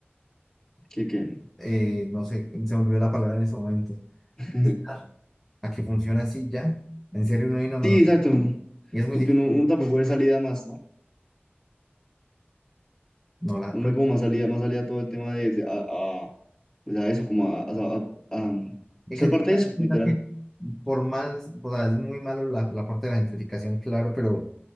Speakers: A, on the left (about 20°); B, in the centre.
A: ¿Qué, qué?
B: eh, no sé, se me olvidó la palabra en ese momento.
A: <laughs>
B: Adaptar A que funciona así ya. En serio, no hay nada
A: Sí,
B: mejor.
A: exacto.
B: Y es muy
A: Porque
B: difícil.
A: uno, uno tampoco ve salida más, ¿no?
B: No la,
A: Uno
B: pues,
A: ve como más salida, más salida a todo el tema de, de- a, pues a eso, como a, a- a- a
B: es
A: ser
B: que te-
A: parte
B: también
A: de eso,
B: piensa
A: literal.
B: que por más, o sea, es muy malo la, la parte de la gentrificación, claro, pero